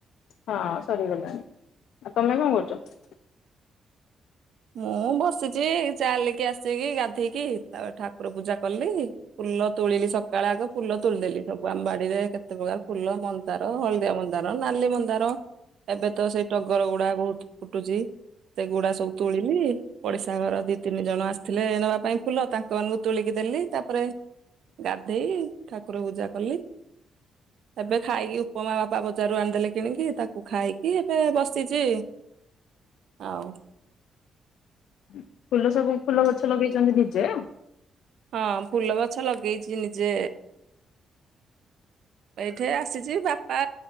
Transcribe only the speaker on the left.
ହଁ ସରିଗଲାଣି ଆଉ ତମେ କଣ କରୁଛ?
ହଁ। ଫୁଲ ସବୁ ଫୁଲ ଗଛ ଲଗେଇ ଚନ୍ଦ ନିଜେ